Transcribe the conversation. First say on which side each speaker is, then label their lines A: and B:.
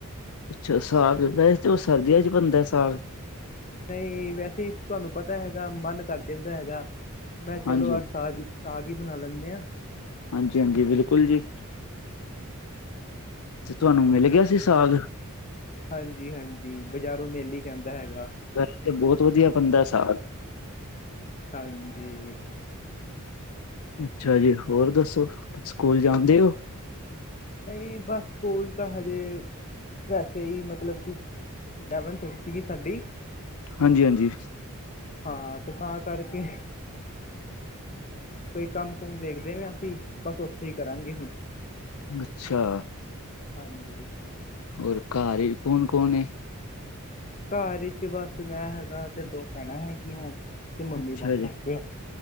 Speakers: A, on the left; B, on the left.
A: ਅੱਛਾ ਸਾਗ ਵੈਸੇ ਤਾਂ ਉਹ ਸਰਦੀਆਂ ਚ ਬਣਦਾ ਸਾਗ
B: ਨਹੀਂ ਵੈਸੇ ਤੁਹਾਨੂੰ ਪਤਾ ਹੈਗਾ ਮਨ ਕਰ ਜਾਂਦਾ ਹੈਗਾ ਮੈਂ ਚਲੋ
A: ਹਾਂਜੀ
B: ਅਜ ਸਾਗ ਈ ਸਾਗ ਹੀ ਬਣਾ ਲੈਂਦੇ ਆਾਂ
A: ਹਾਂਜੀ ਹਾਂਜੀ ਬਿਲਕੁਲ ਜੀ
B: <unintelligible>
A: ਤੇ ਤੁਹਾਨੂੰ ਮਿਲ ਗਿਆ ਸੀ ਸਾਗ
B: ਹਾਂਜੀ ਹਾਂਜੀ ਬਾਜ਼ਾਰੋਂ ਮੇਲੇ ਈ ਜਾਂਦਾ ਹੈਗਾ
A: <unintelligible> ਬਹੁਤ ਵਧੀਆ ਬਣਦਾ ਸਾਗ
B: ਹਾਂਜੀ
A: ਅੱਛਾ ਜੀ ਹੋਰ ਦੱਸੋ ਸਕੂਲ ਜਾਣਦੇ ਓ
B: ਨਹੀਂ ਬਸ ਸਕੂਲ ਤਾਂ ਹਜੇ ਵੈਸੇ ਹੀ ਮਤਲਬ ਕਿ ਇਲੈਵਨਥ ਸੀਗੀ ਸਾਡੀ
A: ਹਾਂਜੀ ਹਾਂਜੀ
B: ਹਾਂ ਤੇ ਤਾਂ ਕਰਕੇ ਕੋਈ ਕੰਮ ਕੁਮ ਵੇਖਦੇ ਰਹੇ ਅਸੀਂ ਬਸ ਉੱਥੇ ਹੀ ਕਰਾਂਗੇ ਹੁਣ
A: ਅੱਛਾ
B: ਹਾਂਜੀ
A: ਹੋਰ ਘਰ ਈ ਕੌਣ ਕੌਣ ਏ
B: ਘਰ ਵਿਚ ਬਸ ਮੈਂ ਹੈਗਾ ਤੇ ਦੋ ਭੈਣਾਂ ਹੈਗੀਆਂ ਤੇ ਮੰਮੀ
A: ਅੱਛਾ
B: ਪਾਪਾ
A: ਜੀ
B: ਹੈਗੇ ਆ